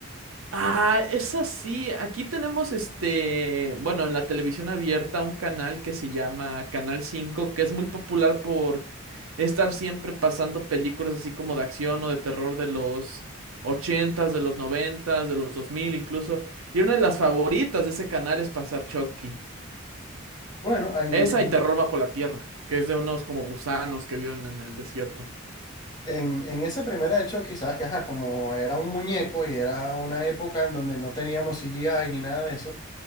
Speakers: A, on the right; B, on the left.
A: Ah, es así. Aquí tenemos este, bueno, en la televisión abierta un canal que se llama Canal Cinco que es muy popular por estar siempre pasando películas así como de acción o de terror de los ochentas, de los noventas, de los 2000, incluso. Y una de las favoritas de ese canal es pasar Chucky.
B: Bueno, en,
A: Esa
B: en,
A: y Terror bajo la tierra, que es de unos como gusanos que viven en el desierto.
B: en- en esa primera de Chucky, sabes que, ajá, como era un muñeco y era una época en donde no teníamos CGI ni nada de eso,